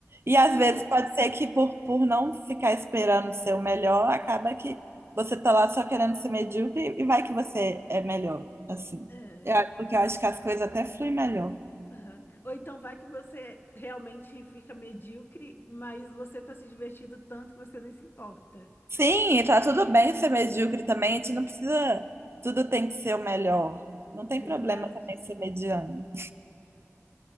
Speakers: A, on the right; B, on the left.
A: E às
B: uhum,
A: vezes pode ser que por, por não ficar esperando ser o melhor, acaba que você tá lá só querendo ser medíocre e vai que você é melhor, assim.
B: é,
A: Eu, acho- porque eu acho que as coisas até fluem melhor.
B: aham. Ou então vai que você realmente fica medíocre, mas você tá se divertindo tanto que você nem se importa.
A: Sim, e tá tudo bem ser medíocre também, a gente não precisa, tudo tem que ser o melhor. Não tem
B: Verdade.
A: problema também ser mediano.